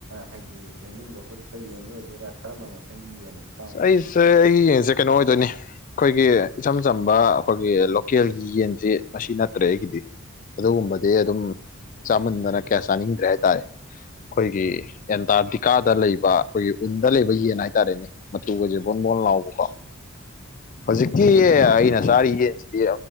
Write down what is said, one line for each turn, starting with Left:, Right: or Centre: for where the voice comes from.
Right: ꯍꯥꯏꯗꯤ ꯂꯩꯅꯨꯡꯒ ꯍꯨꯠꯄ ꯌꯦꯟꯗꯣ ꯑꯣꯏꯗꯣꯏꯔꯥ ꯀꯔꯝꯕ ꯃꯈꯜꯒꯤ ꯌꯦꯟꯅꯣ ꯏꯇꯥꯎꯅ
Left: ꯑꯩꯁꯦ
Right: ꯉꯁꯤ
Left: ꯑꯩ ꯌꯦꯡꯁꯦ
Right: ꯆꯥꯕꯤꯔꯤꯅꯣ
Left: ꯀꯩꯅꯣ ꯑꯣꯏꯗꯣꯏꯅꯤ ꯑꯩꯈꯣꯏꯒꯤ ꯏꯆꯝ ꯆꯝꯕ ꯑꯩꯈꯣꯏꯒꯤ ꯂꯣꯀꯦꯜꯒꯤ ꯌꯦꯟꯁꯦ ꯃꯁꯤ ꯅꯠꯇ꯭ꯔꯦ ꯑꯩꯒꯤꯗꯤ ꯑꯗꯨꯒꯨꯝꯕꯗꯤ ꯑꯗꯨꯝ ꯆꯥꯃꯟꯗꯅ ꯀꯌꯥ ꯆꯥꯅꯤꯡꯗ꯭ꯔꯦ ꯍꯥꯏꯇꯥꯔꯦ ꯑꯩꯈꯣꯏꯒꯤ ꯑꯦꯟꯇꯥꯔꯇꯤꯀꯥꯗ ꯂꯩꯕ ꯑꯩꯈꯣꯏꯒꯤ ꯎꯟꯗ ꯂꯩꯕ ꯌꯦꯟ ꯍꯥꯏꯇꯥꯔꯦꯅꯦ ꯃꯇꯨꯒꯁꯦ ꯕꯣꯟꯕꯣꯟ ꯂꯥꯎꯕꯀꯣ ꯍꯧꯖꯤꯛꯀꯤ ꯑꯩꯅ ꯆꯥꯔꯤ ꯌꯦꯟꯁꯤꯗꯤ